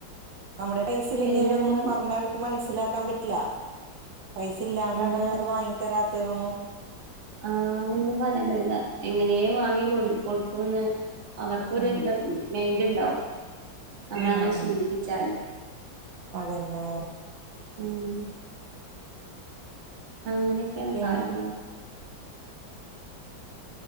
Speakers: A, on the right; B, on the right.
A: നമ്മടേ പൈസയില്ലെങ്ങിലൊന്നും
B: പിന്നെ നമ്മള്
A: പറഞ്ഞാ അവർക്ക് മനസ്സ്ലാക്കാൻ പറ്റ്ല്ലാ പൈസ ഇല്ലാണ്ടാണ്
B: അതെ
A: അത് വാങ്ങി തരാത്തെന്നൊന്നും
B: ആഹ് അതൊന്നും പറയാൻ കയ്യൂലാ എങ്ങനേം വാങ്ങികൊട് കൊടുക്കുന്ന് അവർക്കൊരു
A: ഉം
B: ഇത് മൈന്റ്ണ്ടാവും നമ്മളങ്ങനെ
A: ഉം
B: ശീലിപ്പിച്ചാല്.
A: അതന്നെ
B: ഉം അങ്ങനെക്കെയാണ്
A: പിന്നെ
B: കാര്യങ്ങള്.